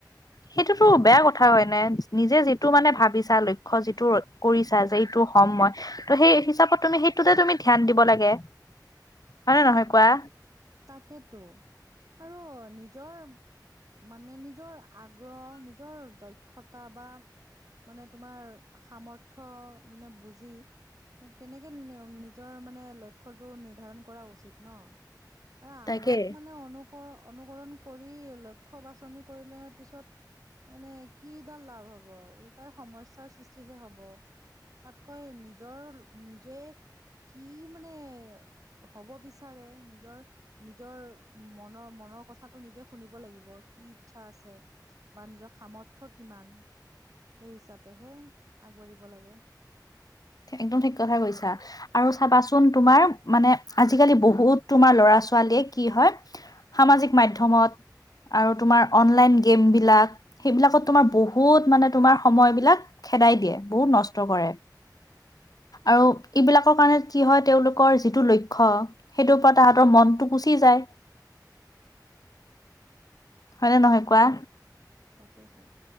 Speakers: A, on the left; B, on the right.
A: সেইটোতো
B: উম
A: বেয়া কথা হয় নে। নিজে যিটো মানে ভাবিছা লক্ষ্যটো যিটো কৰিছা যে যিটো হম মই ত সেই হিচাপত তুমি সেইটোতে তুমি ধ্যান দিব লাগে। হয় নে নহয় কোৱা?
B: তাকেতো আৰু নিজৰ মানে নিজৰ আগ্ৰহ নিজৰ দক্ষতা বা মানে তোমাৰ সামৰ্থ্য মানে বুজি তেনেকে নিজৰ মানে লক্ষ্যটো নিৰ্ধাৰণ কৰা। উচিত ন আৰু আনক
A: তাকে।
B: মানে অনুকৰন অনুকৰণ কৰি লক্ষ্য বাছনি কৰিলে পিছত মানে কি ডাল লাভ হব ওলোটাই সমস্যাৰ সৃষ্টিহে হব। তাতকৈ নিজৰ নিজে কি মানে হব বিচাৰে নিজৰ নিজৰ মনৰ মনৰ কথাটো নিজে শুনিব লাগিব। কি ইচ্ছা আছে বা নিজৰ সামৰ্থ্য কিমান সেই হিচাপেহে আগবাঢ়িব লাগে।
A: একদম ঠিক কথা কৈছা। আৰু চাবাচোন তোমাৰ মানে আজিকালি বহুত তোমাৰ ল'ৰা ছোৱালীয়ে কি হয় সামাজিক মাধ্যমত আৰু তোমাৰ অনলাইন গেম বিলাক। সেইবিলাকত তোমাৰ বহুত মানে তোমাৰ সময়বিলাক খেদাই দিয়ে। বহুত নষ্ট কৰে। আৰু এইবিলাকৰ কাৰণে কি হয় তেওঁলোকৰ যিটো লক্ষ্য, সেইটোৰ পৰা তাহাঁতৰ মনটো গুচি যায়। হয়নে নহয় কোৱা?
B: তাকেতো।